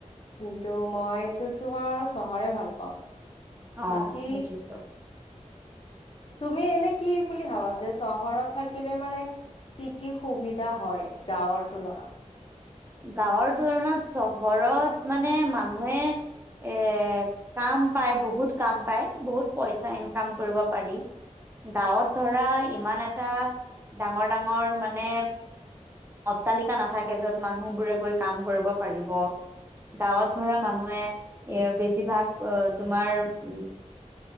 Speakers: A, on the left (about 50°); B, on the right (about 20°).
A: কিন্তু মইতো তোমাৰ চহৰে ভাল পাওঁ
B: অ
A: বাকী
B: বুজিছ
A: তুমি এনে কি বুলি ভাবা যে চহৰত থাকিলে মানে কি কি সুবিধা হয় গাঁৱৰ তুলনাত
B: গাঁৱৰ তুলনাত চহৰত মানে মানুহে এ কাম পায় বহুত কাম পায় বহুত পইচা ইনকাম কৰিব পাৰি গাঁৱত ধৰা ইমান এটা ডাঙৰ ডাঙৰ মানে অট্টালিকা নাথাকে য'ত মানুহ বোৰে গৈ কাম কৰিব পাৰিব গাঁৱত ধৰা মানুহে এ বেছিভাগ তোমাৰ উ